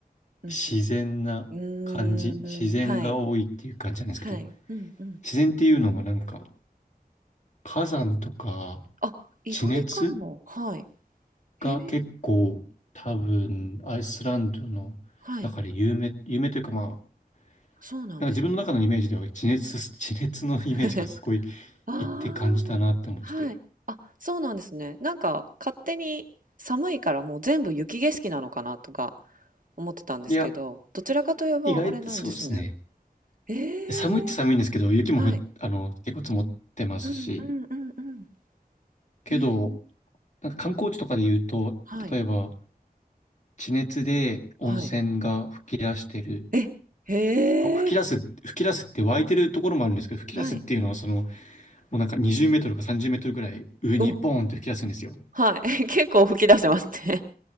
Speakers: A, on the right; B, on the left.
A: うん
B: 自然な感じ、
A: うん。
B: 自然が多いっていう感じなんですけど、
A: うーん、はい。はい。うんうん。
B: 自然っていうのもなんか、火山とか、
A: あ、意外かも。
B: 地熱
A: はい。へえ。
B: が結構多分アイスランドの中で有名、
A: はい。
B: 有名というかまあ、
A: そうなんですね。
B: なんか自分の中のイメージでは地熱、地熱のイメージがすごい
A: <laughs> ああ。
B: いって感じたなって思ってて。
A: はい。あ、そうなんですね。なんか勝手に寒いからもう全部雪景色なのかなとか思ってたんですけど、
B: いや、
A: どちらかといえばあれなんですね。
B: 意外とそうですね。
A: ええ
B: 寒いって寒いんですけど、雪もふっ、
A: はい。
B: あの、結構積もってますし、
A: うんうんうんうん。
B: けど、
A: へえ
B: なんか観光地とかで言うと、
A: はい。
B: 例えば地熱で温泉が噴き出してる、
A: はい。え、へ
B: あ、噴き出す、
A: え
B: 噴き出すって湧いてるところもあるんですけど、噴き出すっていうのはその、
A: はい。
B: もうなんか20メートルか30メートルぐらい上にボーンって吹き出すんですよ。
A: お、はい。<laughs> 結構吹き出してますね。